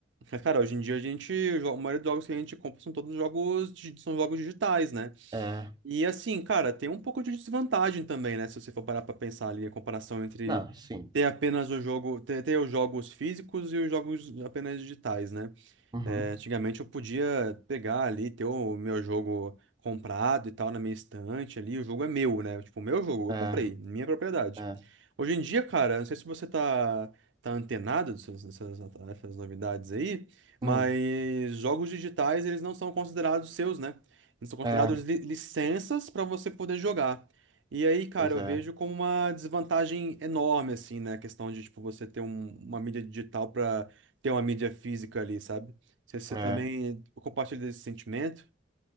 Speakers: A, on the right; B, on the right.
A: Mas, cara, hoje em dia a gente, a maioria dos jogos que a gente compra são todos jogos, di- são jogos digitais, né?
B: É.
A: E assim, cara, tem um pouco de desvantagem também, né? Se você for parar pra pensar ali a comparação entre
B: Não, sim.
A: ter apenas o jogo, ter, ter os jogos físicos e os jogos apenas digitais, né?
B: Uhum.
A: É, antigamente eu podia pegar ali, ter o meu jogo comprado e tal na minha estante ali. O jogo é meu, né? Tipo, o meu jogo,
B: É.
A: eu comprei, minha propriedade.
B: É.
A: Hoje em dia, cara, não sei se você tá, tá antenado dessas, dessas, dessas novidades aí, mas
B: Hum.
A: jogos digitais, eles não são considerados seus, né? Eles são considerados
B: É.
A: li- licenças para você poder jogar. E aí, cara,
B: Pois
A: eu
B: é.
A: vejo como uma desvantagem enorme, assim, né? A questão de, tipo, você ter um- uma mídia digital para ter uma mídia física ali, sabe? Você, você
B: É.
A: também tipo, compartilha desse sentimento?